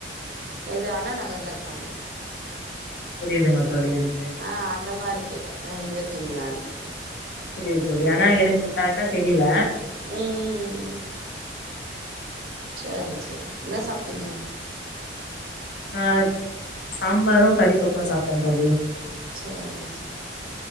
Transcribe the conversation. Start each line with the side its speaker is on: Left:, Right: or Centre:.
Right: இது அண்ணா நகர்ல இருக்காங்க
Left: புரியிதுங்க தோழி எனக்
Right: ஆ அந்த மாரி கேட்டே வ இங்க இருக்கீங்ளான்ட்டு
Left: புரியிது தோழி ஆனா எனக்கு கரெக்டா தெரியில
Right: ம் ம் ம் சேரி சேரி என்ன சாப்ட்டிங்க
Left: நா சாம்பாரு கறிதொக்கு சாப்ட தோழி
Right: சேரிங்க சே